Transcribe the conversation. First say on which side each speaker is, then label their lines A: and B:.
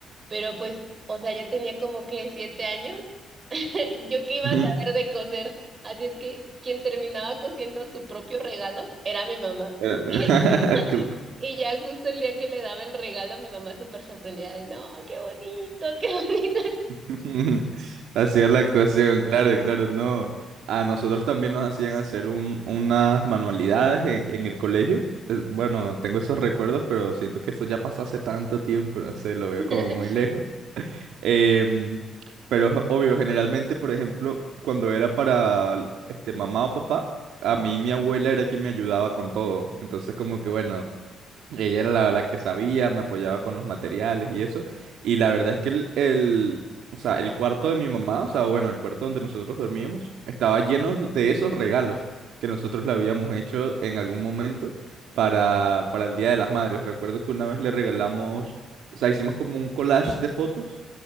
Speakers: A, on the right; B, on the right.
A: pero pues, o sea, ya tenía como que siete años, <laughs> yo que iba
B: Ujú.
A: a saber de coser, así es que quien terminaba cosiendo su propio regalo era mi mamá.
B: Pero- <laughs>
A: <laughs>
B: Cl-
A: Y ya justo el día que le daba el regalo, mi mamá súper sorprendida de, no, qué bonito, qué bonito.
B: <laughs> Hacía la actuación, claro, claro, no. A nosotros también nos hacían hacer un- unas manualidades en, en el colegio. Es- Bueno, tengo esos recuerdos, pero siento que eso ya pasó hace tanto tiempo, no sé, lo veo
A: <laughs>
B: como muy lejos. Em, pero es obvio, generalmente, por ejemplo, cuando era para este mamá o papá, a mí mi abuela era quien me ayudaba con todo. Entonces, como que bueno. Ella era la, la que sabía, me apoyaba con los materiales y eso. Y la verdad es que el, el- o sea, el cuarto de mi mamá, o sea, bueno, el cuarto donde nosotros dormíamos, estaba lleno de esos regalos que nosotros le habíamos hecho en algún momento para, para el Día de las Madres. Recuerdo que una vez le regalamos, o sea, hicimos como un collage de fotos